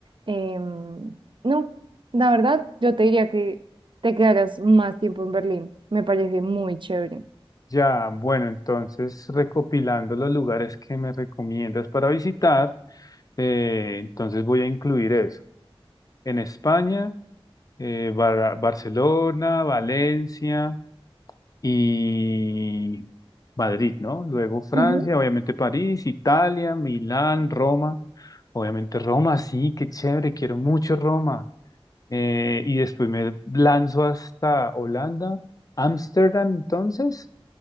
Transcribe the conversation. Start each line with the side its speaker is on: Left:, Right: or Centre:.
Right: em, no, la verdad, yo te diría que te quedaras más tiempo en Berlín. Me parece muy chévere.
Left: Ya, bueno, entonces recopilando los lugares que me recomiendas para visitar, eh, entonces voy a incluir eso. en España, eh, Bar- Barcelona, Valencia y Madrid, ¿no? Luego Francia,
Right: Ujú.
Left: obviamente París, Italia, Milán, Roma. Obviamente Roma, sí, qué chévere, quiero mucho Roma. Eh, y después me lanzo hasta Holanda, Ámsterdam, entonces.